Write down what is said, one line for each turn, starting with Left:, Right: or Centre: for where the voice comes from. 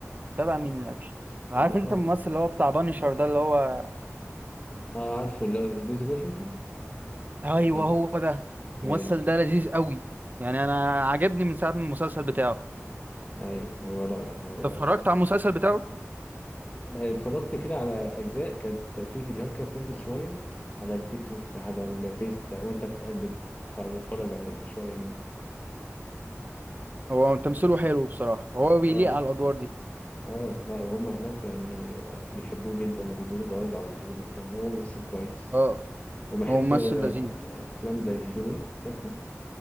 Right: تابع مين الاكشن عارف
Left: آه، والله
Right: انت الممثل اللي هو بتاع بانيشر ده اللي هو
Left: اه عارفه اللي هو ديزل واشنطن
Right: ايوه
Left: ولا
Right: هو
Left: إيه؟
Right: ده الممثل
Left: ايوه
Right: ده لذيذ قوي يعني انا عجبني من ساعه من المسلسل بتاعه
Left: ايوه هو لا لا هو
Right: اتفرجت
Left: بصراحة
Right: على المسلسل بتاعه
Left: اتفرجت كده على اجزاء كانت في فيديوهات كانت بتنزل شويه على التيك توك على الفيس ده وانت بتقلب فبتفرج على شويه من
Right: هو تمثيله
Left: منك
Right: حلو بصراحة هو بيليق
Left: اه
Right: على الأدوار دي
Left: اه لا وهم هناك يعني آه، بيحبوه جدا وبيدوله جوائز على طول وبتاع هو ممثل كويس
Right: اه
Left: وبحب
Right: هو ممثل
Left: آه،
Right: لذيذ
Left: افلام زي جون ويك بتحبه